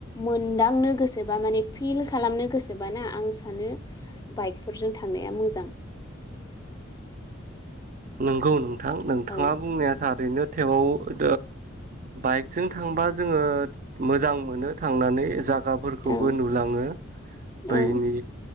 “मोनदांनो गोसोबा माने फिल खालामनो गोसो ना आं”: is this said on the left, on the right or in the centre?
Left